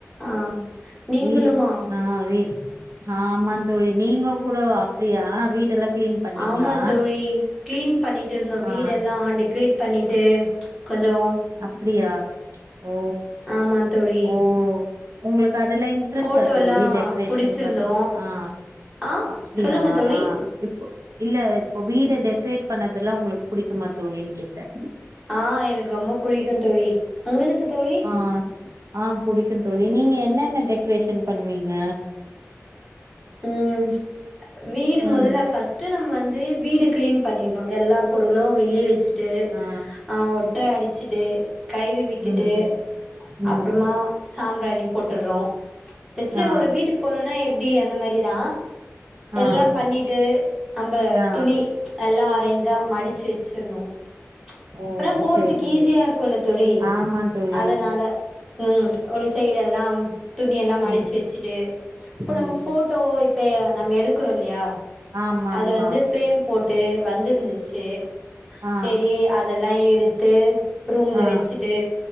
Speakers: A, in the centre; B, on the right.
A: ஆ நீங்களுமா
B: வீடு ஆஹ் வீடு ஆஹ் ஆமா தோழி நீங்க கூட அப்டியா வீடு எல்லாம் கிளீன் பண்ணீங்களா
A: ஆமா தோழி கிளீன் பண்ணிட்டு இருந்தோம்
B: ஆ
A: வீடுல்லாம் டெக்ரேட் பண்ணிட்டு கொஞ்சம்
B: அப்படியா ஓ
A: ஆமா தோழி
B: ஓ உங்களுக்கு அதெல்லாம் இன்ட்ரெஸ்ட்டா
A: போட்டோ
B: தோழி
A: எல்லா
B: டெக்ரேஷன்
A: புடிச்சிருந்தோ
B: பண்ண ஆஹ்
A: ஆ
B: அப்டியா
A: சொல்லுங்க தோழி
B: ஆ இப்போ இல்ல இப்போ வீடு டெக்ரேட் பண்ணதெல்லாம் உங்களுக்கு புடிக்குமா தோழின்னு கேட்டேன்
A: ஆ எனக்கு ரொம்ப புடிக்கும் தோழி உங்களுக்கு தோழி
B: ஆ ஆ புடிக்கும் தோழி நீங்க என்னென்ன டெக்ரேஷன் பண்வீங்க
A: உம் வீடு
B: ம்
A: மொதல்ல ஃபர்ஸ்ட் ட்டு நம்ம வந்து வீடு கிளீன் பண்ணிறணும் எல்லா பொருளும் வெளியே வச்சு ட்டு
B: ஆ
A: ஆ ஒட்ற அடிச்சுட்டு கழுவி விட்டுட்டு
B: ம் ம்
A: அப்றமா சாம்ராணி போட்டுறோம் ஜஸ்ட்டு
B: ஆ
A: ஒரு வீட்டுக்கு போறனா எப்டி அந்த மாரி தா
B: ஆ
A: எல்லாம் பண்ணிட்டு நம்ம
B: ஆ
A: துணி எல்லா அரேஞ்சா மடிச்சு வச்சிரணும்
B: ஓ
A: அப்றம் போறதுக்கு
B: சேரி சேரி
A: ஈஸியா இருக்குல்ல தோழி
B: ஆமா தோழி
A: அதனால உம் ஒரு சைடு எல்லா துணி எல்லா மடிச்சு
B: ம்
A: வச்சுட்டு இப்ப
B: ம்
A: நம்ம போ டோம் இப்ப நம்ம எடுக்றோம் இல்லையா
B: ஆமாமா
A: அது வந்து ஃப்ரேம் போட்டு வந்திருந்துச்சு
B: ஆ
A: செரி அதெல்லாம் எடுத்து ரூம்ல
B: ஆ
A: வச்சுட்டு